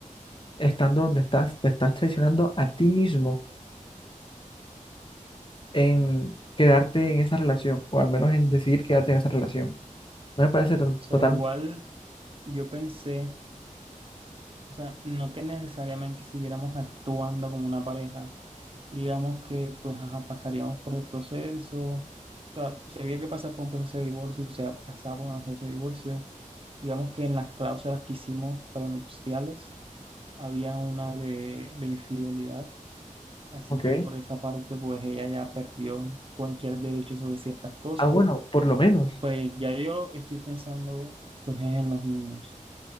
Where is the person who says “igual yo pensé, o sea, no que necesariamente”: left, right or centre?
Right